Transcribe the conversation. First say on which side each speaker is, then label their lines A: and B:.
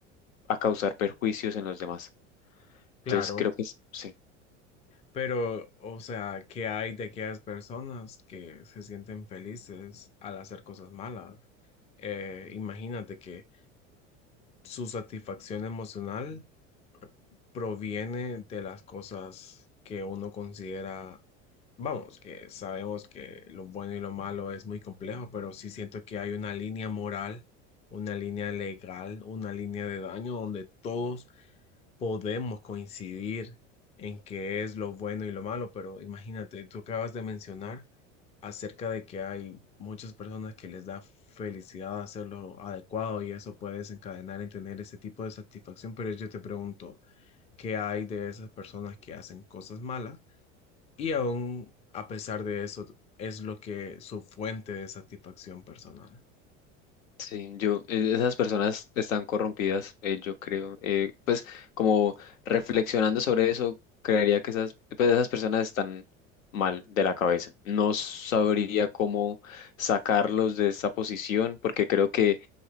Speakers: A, on the left (about 85°); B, on the left (about 20°).
A: a causar perjuicios en los demás.
B: Claro,
A: Entonces, creo que es- sí.
B: pero, o sea, ¿qué hay de aquellas personas que se sienten felices al hacer cosas malas? Eh, imagínate que su satisfacción emocional proviene de las cosas que uno considera, vamos, que sabemos que lo bueno y lo malo es muy complejo, pero sí siento que hay una línea moral, una línea legal, una línea de daño donde todos podemos coincidir en qué es lo bueno y lo malo, pero imagínate, tú acabas de mencionar acerca de que hay muchas personas que les da felicidad hacerlo adecuado y eso puede desencadenar en tener ese tipo de satisfacción, pero yo te pregunto, ¿qué hay de esas personas que hacen cosas malas y aún a pesar de eso es lo que su fuente de satisfacción personal?
A: Sí, yo, eh, esas personas están corrompidas, eh, yo creo. eh, pues como reflexionando sobre eso, creería que esas, pues, esas personas están mal de la cabeza. No sabría cómo sacarlos de esa posición, porque creo que